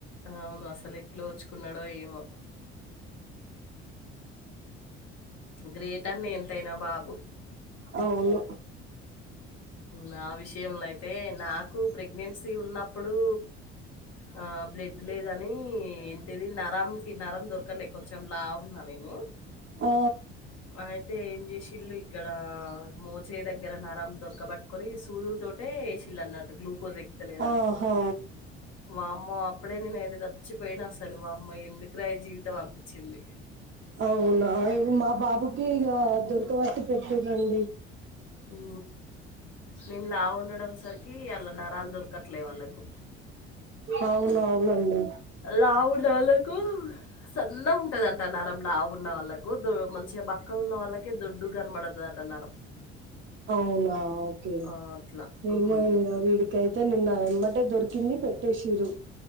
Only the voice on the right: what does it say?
అవును
ఓ
ఆహా
అవునా ఇంగ్ మా బాబుకీ ఇగా జంతు వర్షు పెట్టిర్రండి
అవునవునండి
అవునా ఓకే
ఏం కాదు ఏం కాదులే ఇడి కైతే నిన్నా ఎమ్మటే దొరికింది పెట్టేసిర్రు